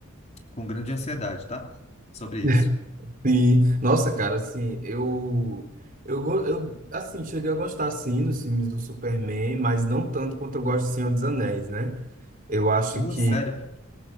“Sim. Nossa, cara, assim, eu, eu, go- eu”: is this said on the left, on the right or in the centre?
Right